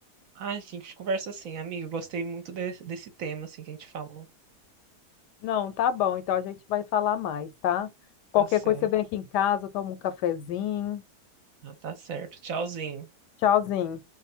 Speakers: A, on the right; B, on the left.
A: Ah, sim, que conversa assim, amigo. Gostei muito de- desse tema assim que a gente falou.
B: Não, tá bom. Então a gente vai falar mais, tá? Qualquer
A: Tá certo.
B: coisa você vem aqui em casa, toma um cafezinho.
A: Ah, tá certo. Tchauzinho.
B: Tchauzinho.